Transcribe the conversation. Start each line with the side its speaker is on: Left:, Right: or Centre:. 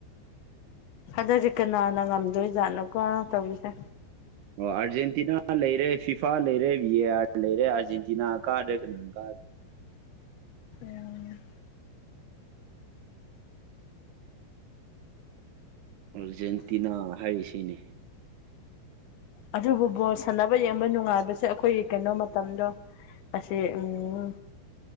Left: ꯑꯗꯨꯗꯗꯤ ꯀꯅꯥꯅ ꯉꯝꯗꯣꯏꯖꯥꯠꯅꯣꯀꯣ ꯇꯧꯔꯤꯁꯦ
Right: ꯑꯣ ꯑꯥꯔꯖꯦꯟꯇꯤꯅꯥ ꯂꯩꯔꯦ ꯐꯤꯐꯥ ꯂꯩꯔꯦ ꯕꯤ ꯑ ꯑꯥꯔ ꯂꯩꯔꯦ ꯑꯥꯔꯖꯦꯟꯇꯤꯅꯥ ꯀꯥꯗ꯭ꯔꯦ ꯀꯅꯥꯅ ꯀꯥꯗ꯭ꯔ
Left: ꯎꯝ
Right: ꯑꯔꯖꯦꯟꯇꯤꯅꯥ ꯍꯥꯏꯔꯤꯁꯤꯅꯤ
Left: ꯑꯗꯨꯕꯨ ꯕꯣꯜ ꯁꯥꯟꯅꯕ ꯌꯦꯡꯕ ꯅꯨꯡꯉꯥꯏꯕꯁꯦ ꯑꯩꯈꯣꯏꯒꯤ ꯀꯩꯅꯣ ꯃꯇꯝꯗꯣ ꯄꯁꯦ ꯎꯝ